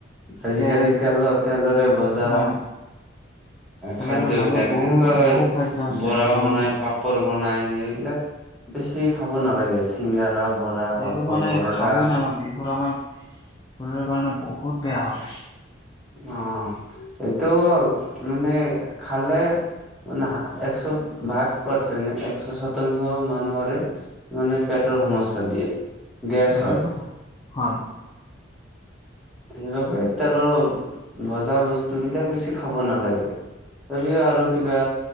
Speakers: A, in the centre; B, on the left.
A: আজিকালি
B: তে
A: তেলৰ তেলৰে ভজা
B: হয় কেলৰিৰ
A: খাদ্য
B: মাজত
A: বিলাক,
B: বহু
A: এনেকুৱা
B: বহু খাদ্য আছে
A: বৰা
B: আমাৰ
A: বনাই,
B: মাজত
A: পাপ পৰ্বনাই এইবিলাক বেছি খাব নালাগে <unintelligible> শিংঙাৰা, বৰা, পাপৰ,
B: এইবোৰ মানে
A: পৰঠা,
B: খাবই নালাগে এইবোৰ আমাৰ শৰীৰৰ কাৰণে বহুত বেয়া হয়।
A: অ', এইটো মানে খালে মানে একশ ভাগ পাৰছে ন একশ শতাংশ মানুহৰে মানে পেটৰ সমস্যা দিয়ে। গেছ
B: এইটোয়তো
A: হয়
B: হয়।
A: সেইবাবে তেলৰ ভজা বস্তু বিলাক বেছি খাব নালাগে। তথাপিও আৰু কিবা